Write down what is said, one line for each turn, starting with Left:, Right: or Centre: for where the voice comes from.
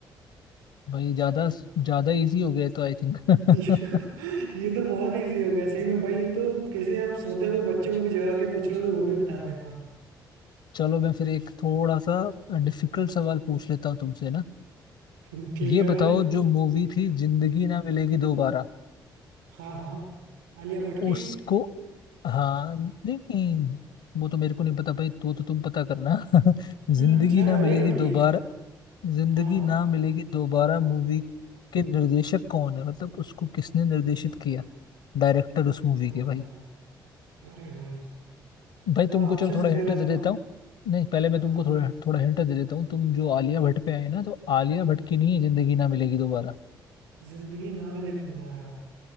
Left: भाई ज्यादा ज्यादा इजी हो गया है तो आई थिंक
Right: <laughs>
Left: <laughs>
Right: ये तो बहुत इजी हो गया सही में भाई ये तो किसी आप सोते हुए बच्चे को भी जगा के पूछ लोगे वो भी बता देगा
Left: चलो मैं फिर एक थोड़ा सा डिफिकल्ट सवाल पूछ लेता हूँ तुमसे ना
Right: <laughs> ठीक
Left: ये
Right: है भाई
Left: बताओ जो मूवी थी जिंदगी ना मिलेगी दोबारा
Right: हाँ हाँ आलिया भट्ट की
Left: उसको हाँ नहीं नहीं, वो तो मेरे को नहीं पता भाई तो तो तुम पता करना <laughs> जिंदगी
Right: हम्म शायद
Left: ना
Right: आलिया
Left: मिलेगी
Right: भट्ट
Left: दोबारा
Right: की ही थे
Left: जिंदगी
Right: हाँ हाँ
Left: ना मिलेगी दोबारा मूवी के निर्देशक कौन है मतलब उसको किसने निर्देशित किया डायरेक्टर उस मूवी
Right: अ,
Left: के भाई
Right: अरे भाई
Left: भाई
Right: थोड़ा
Left: तुमको
Right: ऑप्शंस
Left: चलो थोड़ा
Right: वगैरह
Left: हिंट दे
Right: दो
Left: देता हूँ नहीं पहले मैं
Right: हाँ
Left: तुमको थोड़ा थोड़ा हिंट दे देता हूँ तुम जो आलिया भट्ट पे आए ना तो आलिया भट्ट की नहीं है जिंदगी ना मिलेगी दोबारा
Right: जिंदगी ना मिलेगी दोबारा